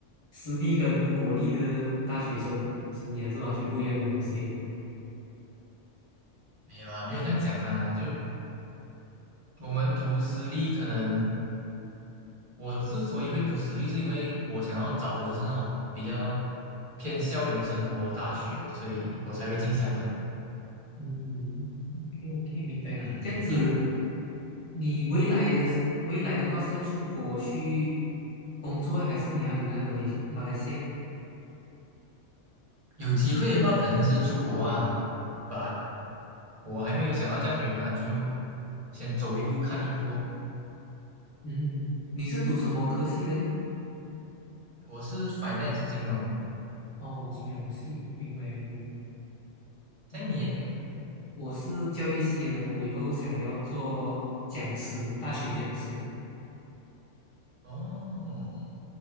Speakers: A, on the left; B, on the right.
A: 私立跟国立的大学生生涯是完全不一样的东西耶。
B: 没有啊，没有这样讲啊，就我们读私立，可能我之所以会读私立，是因为我想要找的就是那种比较偏校园生活的大学，所以我才会进厦门。
A: 嗯，OK OK，明白。
B: 嗯，
A: 这样子，
B: 因
A: 你未来的未来的话是要出国去工作，还是你要留在马来马来西亚？
B: 有机会的话肯定是出国啊，but 我还没有想到这样远呢，就先走一步看一步哦。
A: 嗯，你是读什么科系的嘞？
B: 我是 finance 金融，
A: 哦，金融系，明白明白。
B: 这样你耶？
A: OK OK，我是教育系的，我以后想要做讲师，大学讲师。
B: 哦